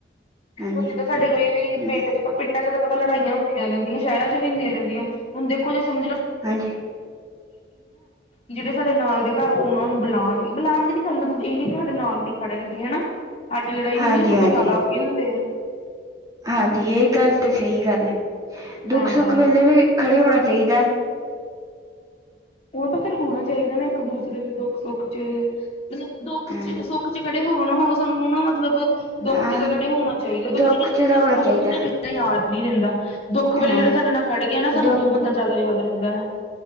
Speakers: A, on the right; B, on the left.
A: ਹਾਂਜੀ
B: ਹੁਣ ਜਿਦਾਂ ਸਾਡੇ ਕੋਈ ਵੀ
A: ਹਮ
B: ਪਿੰਡ 'ਚ' ਪਰ ਪਿੰਡਾਂ 'ਚ' ਤਾਂ ਪਤਾ ਲੜਾਈਆਂ ਹੁੰਦੀਆਂ ਰਹਿੰਦੀਆਂ। ਸ਼ਹਿਰਾਂ 'ਚ' ਵੀ ਹੁੰਦੀਆਂ ਰਹਿੰਦੀਆਂ। ਹੁਣ ਦੇਖੋ ਜੇ ਸਮਝ
A: ਹਾਂਜੀ
B: ਜਿਹੜੇ ਸਾਡੇ ਨਾਲ ਦੇ ਘਰ ਉਹਨਾਂ ਨੂੰ ਬੁਲਾਉਣ ਗੇ, ਬੁਲਾਉਣ ਦੇ ਨੀ ਚੱਲ ਮਤਲਬ ਇਹ ਨੀ ਕਿ ਸਾਡੇ ਨਾਲ ਵੀ ਖੜਨਗੇ ਹਨਾ। ਸਾਡੀ ਲੜਾਈ
A: ਹਾਂਜੀ
B: ਹੁੰਦੀ ਉਹ ਸਗੋਂ
A: ਹਾਂਜੀ
B: ਜ਼ਿਆਦਾ ਅੱਗੇ ਹੁੰਦੇ ਆ।
A: ਹਾਂਜੀ, ਇਹ ਗੱਲ ਤਾਂ ਸਹੀ ਗੱਲ ਏ। ਦੁੱਖ-ਸੁੱਖ
B: ਹਾਂ।
A: ਵੇਲੇ ਵੀ ਖੜੇ ਹੋਣਾ ਚਾਹੀਦਾ।
B: ਉਹ ਤਾਂ ਫਿਰ ਹੋਣਾ ਚਾਹੀਦਾ ਨਾ। ਇੱਕ ਦੂਸਰੇ ਦੇ ਦੁੱਖ- ਸੁੱਖ 'ਚ', ਮਤਲਬ ਦੁੱਖ
A: ਹਾਂ
B: ਚ ਸੁੱਖ 'ਚ' ਖੜੇ ਹੋਵੋ ਨਾ ਹੋਵੋ, ਸਾਨੂੰ ਨਾ ਮਤਲਬ ਦੁੱਖ
A: ਹਾਂ
B: 'ਚ' ਤਾਂ ਖੜੇ ਹੋਣਾ ਚਾਹੀਦਾ। ਕਿਉਂਕਿ
A: ਦੁੱਖ
B: ਜਿਹੜਾ
A: ਚ ਤਾਂ ਹੋਣਾ
B: ਸੁੱਖ
A: ਚਾਹੀਦਾ
B: ਵੀ ਤਾ ਸਾਨੂੰ ਯਾਦ ਨੀ ਰਹਿੰਦਾ। ਦੁੱਖ ਵੇਲੇ
A: ਹਾਂ
B: ਜਿਹੜਾ ਸਾਡੇ ਨਾਲ ਖੜ ਗਿਆ ਨਾ ਸਾਨੂੰ
A: ਦੁੱਖ
B: ਉਹ ਬੰਦਾ ਜ਼ਿਆਦਾ ਯਾਦ ਰਹਿੰਦਾ ਐ।